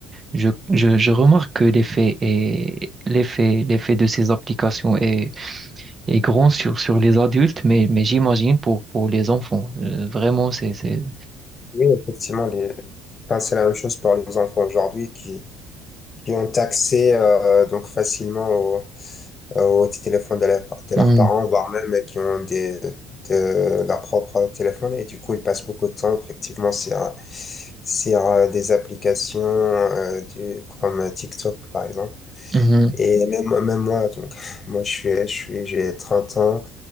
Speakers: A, on the right (about 25°); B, on the left (about 25°).
A: Je, je, je remarque que l'effet est, l'effet, l'effet de ces applications est, est grand sur, sur les adultes, mais, mais j'imagine pour, pour les enfants. Euh, vraiment, c'est, c'est-
B: Oui, effectivement, les... enfin, c'est la même chose pour les enfants aujourd'hui qui, qui ont accès euh, donc facilement au, euh, au téléphone de, leur- de
A: Mhm,
B: leurs parents, voire même qui ont des, de leur propre téléphone. Et du coup, ils passent beaucoup de temps effectivement sur, sur euh, des applications euh, du, comme TikTok, par exemple.
A: mhm,
B: Et même, même moi, donc, <laughs> moi, je suis, je suis, j'ai 30 ans